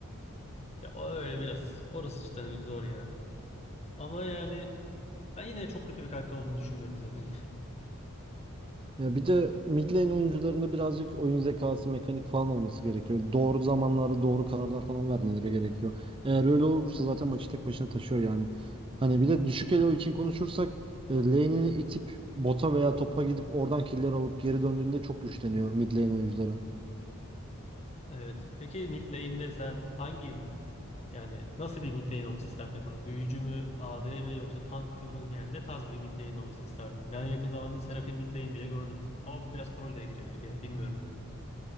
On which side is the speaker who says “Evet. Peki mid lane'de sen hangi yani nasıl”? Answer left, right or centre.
Left